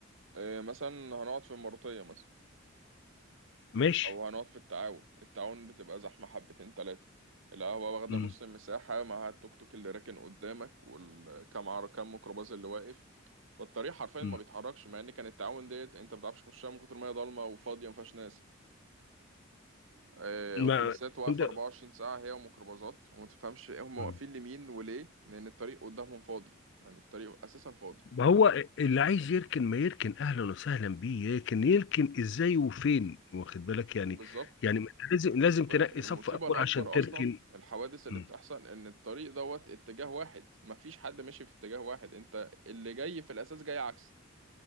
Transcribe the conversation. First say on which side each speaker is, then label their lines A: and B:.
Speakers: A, on the right; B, on the left.
A: إيه مثلا هنقعد في المروطية مثلا
B: ماشي
A: أو هنقعد في التعاون التعاون بتبقى زحمة حبتين تلاتة القهوة واخدة
B: مم.
A: نص المساحة مع التوك توك اللي راكن قدامك والكام عر كام ميكروباص اللي واقف فالطريق حرفيا
B: مم.
A: ما بيتحركش مع ان كان التعاون ديت انت ما بتعرفش تخشها من كتر ما هي ضلمه وفاضيه ما فيهاش ناس آه،
B: ما
A: اتوبيسات واقفه
B: انت-
A: 24 ساعه هي وميكروباصات وما تفهمش هم
B: مم.
A: واقفين لمين وليه لان الطريق قدامهم فاضي يعني الطريق اساسا فاضي
B: ما هو اللي عايز يركن ما يركن اهلا وسهلا بيه يركن يركن ازاي وفين واخد بالك يعني
A: بالظبط
B: يعني ما انت لازم لازم تنقي
A: والمصيبه
B: صف اول
A: الاكبر
B: عشان تركن
A: اصلا الحوادث اللي
B: مم.
A: بتحصل ان الطريق دوت اتجاه واحد مفيش حد ماشي في اتجاه واحد انت اللي جاي في الاساس جاي عكس